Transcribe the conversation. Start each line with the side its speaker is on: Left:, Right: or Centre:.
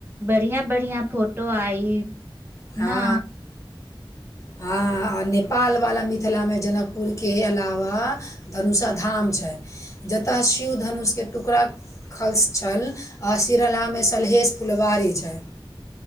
Right: बढ़िया बढ़िया फोटो आई
Left: हँ
Right: ना
Left: हँ आ नेपाल वला मिथिलामे जनकपुरके अलावा धनुषा धाम छै जतय शिव धनुष के टुकड़ा खल्स छल आ सिरलामे सलहेश फुलवारी छैय